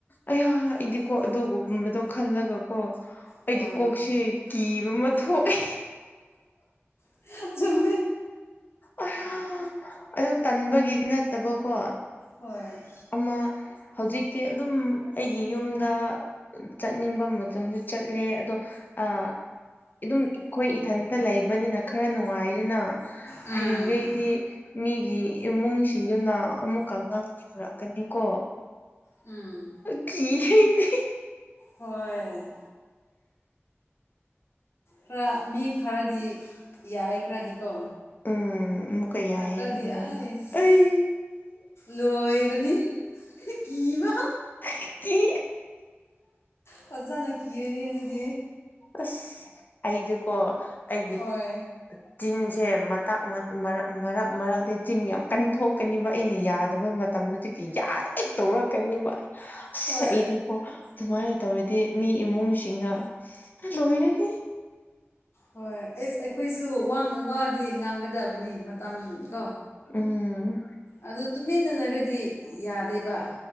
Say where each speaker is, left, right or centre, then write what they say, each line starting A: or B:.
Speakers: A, on the left; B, on the left.
A: ꯑꯌꯥ ꯏꯗꯤꯀꯣ ꯑꯗꯨꯒꯒꯨꯝꯕꯗꯣ ꯈꯜꯂꯒꯀꯣ
B: ꯍꯣꯏ
A: ꯑꯩꯒꯤ ꯀꯣꯛꯁꯦ ꯀꯤꯕ ꯑꯃ ꯊꯣꯛꯑꯦ
B: <unintelligible>
A: ꯑꯩꯌꯥ ꯑꯗꯨ ꯇꯟꯕꯒꯤꯗꯤ ꯅꯠꯇꯕꯀꯣ
B: ꯍꯣꯏ꯫
A: ꯑꯃ ꯍꯧꯖꯤꯛꯇꯤ ꯑꯗꯨꯝ ꯑꯩꯒꯤ ꯌꯨꯝꯗ ꯆꯠꯅꯤꯡꯕ ꯃꯇꯝꯁꯨ ꯆꯠꯂꯦ ꯑꯗꯣ ꯑꯥ ꯑꯗꯨꯝ ꯑꯩꯈꯣꯏ ꯏꯊꯟꯇ ꯂꯩꯕꯅꯤꯅ ꯈꯔ ꯅꯨꯡꯉꯥꯏ ꯌꯦꯅ
B: ꯎꯝ
A: ꯍꯌꯦꯡꯈꯩꯗꯤ ꯃꯤꯒꯤ ꯏꯃꯨꯡꯁꯤꯡꯗꯨꯅ ꯑꯃꯨꯛꯀ ꯉꯥꯡꯅꯤꯡꯂꯛ ꯀꯅꯤꯀꯣ
B: ꯎꯝ꯫
A: ꯀꯤ ꯍꯦ ꯑꯩꯗꯤ
B: ꯍꯣꯏ꯫ ꯈꯔ ꯃꯤ ꯐꯔꯗꯤ ꯌꯥꯏ ꯈꯔꯗꯤꯀꯣ
A: ꯎꯝ ꯑꯃꯨꯛꯀꯥ ꯌꯥꯏꯌꯦ
B: ꯐꯠꯇ꯭ꯔꯗꯤ
A: ꯑꯗꯨꯃꯥꯏꯅ
B: ꯑꯩꯁ
A: ꯑꯩ
B: ꯂꯣꯏꯔꯅꯤ ꯀꯤꯕ
A: ꯀꯤ ꯀꯤ
B: ꯐꯖꯅ ꯀꯤꯔꯅꯤ ꯑꯗꯨꯗꯤ
A: ꯑꯁ ꯑꯩꯗꯤꯀꯣ ꯑꯩꯒꯤ
B: ꯍꯣꯏ
A: ꯆꯤꯟꯁꯦ ꯃꯇꯥꯛ ꯃꯔꯛ ꯃꯔꯛꯇ ꯆꯤꯟ ꯌꯥꯝ ꯀꯟꯊꯣꯛꯀꯅꯤꯕ ꯑꯩꯗꯤ ꯌꯥ ꯌꯥꯗꯕ ꯃꯇꯝꯗꯨꯗꯤ ꯌꯥꯗꯦ ꯇꯧꯔꯛꯀꯅꯤꯕ ꯑꯁ
B: ꯍꯣꯏ
A: ꯑꯩꯗꯤ ꯑꯣ ꯑꯗꯨꯃꯥꯏꯅ ꯇꯧꯔꯗꯤ ꯃꯤ ꯏꯃꯨꯡꯁꯤꯡꯅ ꯂꯣꯏꯔꯅꯤ꯫
B: ꯍꯣꯏ ꯑꯦꯁ ꯑꯩꯈꯣꯏꯁꯨ ꯋꯥꯡ ꯋꯥꯗꯤ ꯉꯥꯡꯒꯗꯕꯅꯤ ꯃꯇꯝ ꯀꯣ
A: ꯎꯝ꯫
B: ꯑꯗꯨ ꯇꯨꯃꯤꯟꯅ ꯂꯩꯔꯗꯤ ꯌꯥꯗꯦꯕ